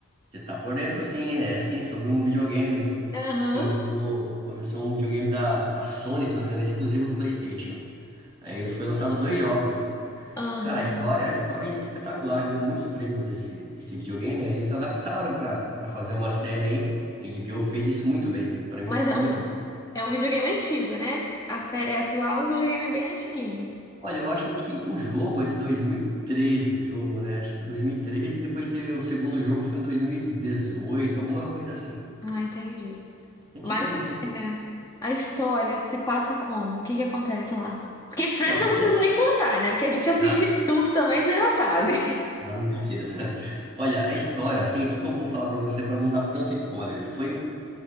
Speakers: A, on the right (about 25°); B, on the left (about 15°).
A: Você tá por dentro, sim. É assim, sobre um videogame.
B: Aham,
A: Começou, começou um videogame da, da Sony, se não me engano, exclusivo do PlayStation. Aí foi lançado dois jogos.
B: aham.
A: Cara, a história, a história é espetacular, ganhou muitos prêmios esse, esse videogame. Aí eles adaptaram pra para fazer uma série, hein? A HBO fez isso muito bem. Pra mim
B: Mas
A: ficou
B: é
A: muito
B: um,
A: bom.
B: é um videogame antigo, né? A série é atual, o videogame é bem antiguinho.
A: Olha, eu acho que o jogo é de 2013, o jogo, né? Acho que 2013, depois teve o segundo jogo, foi em 2018, alguma coisa assim.
B: Ah, entendi.
A: Antiguinho,
B: Mas
A: assim
B: é, a história se passa como? O que que acontece lá? Porque Friends
A: Nossa,
B: eu não
A: pensa.
B: preciso nem contar, né? Porque a gente assiste
A: Ah,
B: junto também, você já sabe.
A: Não, precisa. <laughs> Olha, a história, assim, o que que eu vou falar pra você pra não dar tanto spoiler? Foi um,